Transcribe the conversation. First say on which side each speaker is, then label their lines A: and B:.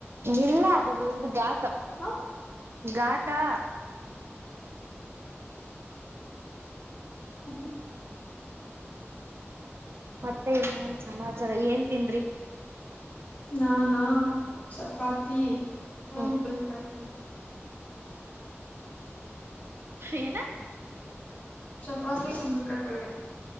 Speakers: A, on the right; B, on the left.
A: ಇಲ್ಲ ಅದು ಇದು ಾಟ
B: ಹಾ
A: ಗಘಾಟಾ
B: ಹ <inaudible>
A: ಮತ್ತೆ ಇನ್ನೇನ್ ಸಮಾಚಾರ ಏನ್ ತಿಂದ್ರಿ
B: ನಾಾನಾ ಚಪಾತಿ ಹ
A: ಹ್ಮ
B: ಬಲ್ಕಲ್
A: ಏನ
B: ಚಪಾ ಸಿಧೂಕ ಪ